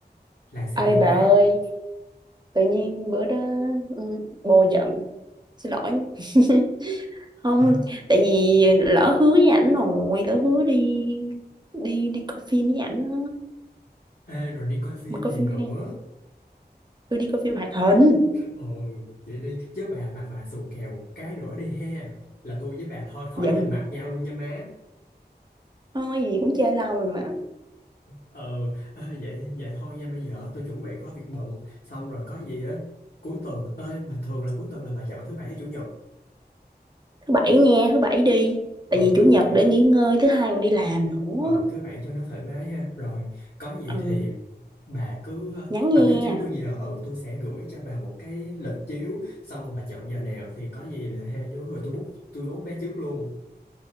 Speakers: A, on the left; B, on the right.
A: là sao
B: ơi
A: vậy má
B: bà ơi tự nhiên bữa đó ừ, bồ giận xin lỗi <laughs> không
A: Ờ,
B: tại vì lỡ hứa với ảnh rồi lỡ hứa đi đi đi coi phim với ảnh đó.
A: Ê, rồi đi coi phim
B: mà coi
A: gì
B: phim
A: nữa
B: khác tôi đi coi phim hoạt hình
A: ừ vậy đi chứ bà mà bà xù kèo một cái nữa đi ha là tôi với bà thôi khỏi
B: giận
A: nhìn mặt nhau luôn nha má
B: thôi gì cũng chơi lâu rồi mà
A: ừ à, vậy vậy thôi nha bây giờ tôi chuẩn bị có việc bận xong rồi có gì á cuối tuần ơi mà thường là cuối tuần là bà chọn thứ bảy hay chủ nhật
B: thứ bảy nha thứ bảy đi
A: ừ
B: tại vì chủ
A: thứ
B: nhật
A: bảy
B: để nghỉ ngơi thứ hai còn đi làm nữa
A: ừ thứ bảy cho nó thoải mái ha rồi có gì
B: ừ
A: thì bà cứ
B: nhắn
A: bà
B: nha
A: cứ nhắn tôi giờ ừ tôi sẽ gửi cho bà một cái lịch chiếu xong rồi bà chọn giờ nào thì có gì là hai đứa rồi tôi book tôi book vé trước luôn